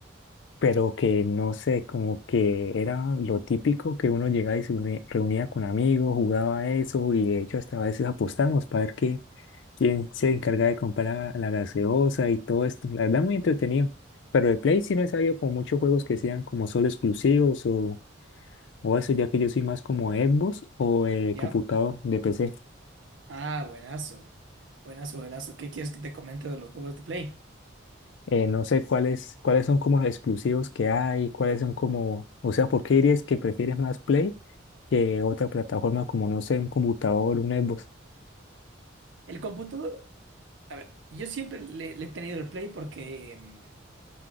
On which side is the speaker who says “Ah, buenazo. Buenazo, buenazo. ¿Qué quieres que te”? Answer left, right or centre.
Right